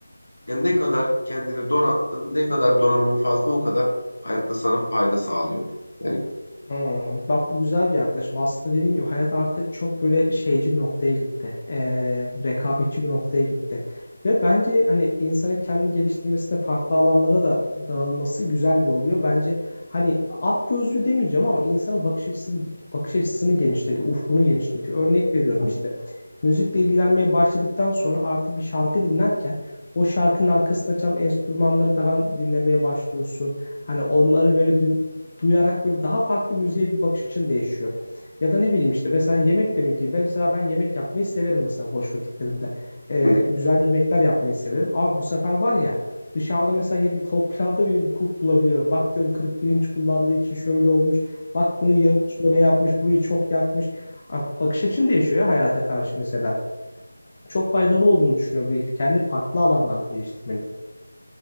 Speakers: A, on the left; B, on the left.
A: yani ne kadar kendini donattın, ne kadar donanımın fazla o kadar hayatta sana fayda sağlıyor. Yani
B: Hmm, bak bu güzel bir yaklaşım. Aslında dediğin gibi hayat artık çok böyle şeyci bir noktaya gitti. Ee, rekabetçi bir noktaya gitti. Ve bence hani insanın kendini geliştirmesinde farklı alanlara da dağılması güzel bir oluyor. Bence hani at gözlüğü demeyeceğim ama insanın bakış açısını bakış açısını genişletiyor, ufkunu genişletiyor. Örnek veriyorum
A: Hı
B: işte. Müzikle ilgilenmeye başladıktan sonra artık bir şarkı dinlerken o şarkının arkasında çalan enstrümanları falan dinlemeye başlıyorsun. Hani onları böyle dün, duyarak böyle daha farklı müziğe bir bakış açın değişiyor. Ya da ne bileyim işte mesela yemek demek ki ben mesela ben yemek yapmayı severim mesela boş vakitlerimde. Ee,
A: hı.
B: güzel yemekler yapmayı severim. Abi bu sefer var ya dışarıda mesela yedim tavuk pilavda bile bir kulp bulabiliyorum. Bak diyorum kırık pirinç kullandığı için şöyle olmuş. Bak bunu yağını böyle yapmış, burayı çok yakmış. Abi Bakış açın değişiyor ya hayata karşı mesela. Çok faydalı olduğunu düşünüyorum. Böyle kendi farklı alanlarda geliştirmenin.